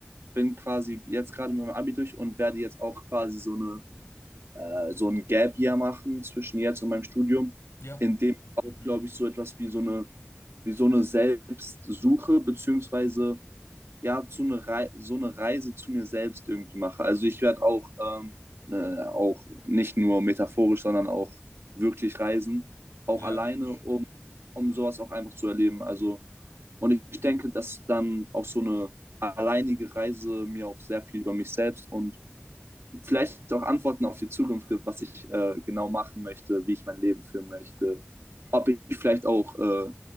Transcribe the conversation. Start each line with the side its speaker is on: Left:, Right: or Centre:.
Right: bin quasi jetzt gerade mit meinem Abi durch und werde jetzt auch quasi so eine äh, so ein Gap Year machen zwischen jetzt und meinem Studium,
Left: ja,
Right: in dem auch,
Left: mhm,
Right: glaube ich, so etwas wie so eine, wie so eine Selbstsuche, beziehungsweise ja, zu eine Rei so eine Reise zu mir selbst irgendwie mache. Also ich werde auch, ähm, äh, auch nicht nur metaphorisch, sondern auch wirklich reisen, auch
Left: ja,
Right: alleine, um, um sowas auch einfach zu erleben. Also, und ich, ich denke, dass dann auch so eine alleinige Reise mir auch sehr viel über mich selbst und vielleicht auch Antworten auf die Zukunft gibt, was ich äh, genau machen möchte, wie ich mein Leben führen möchte, ob ich vielleicht auch äh,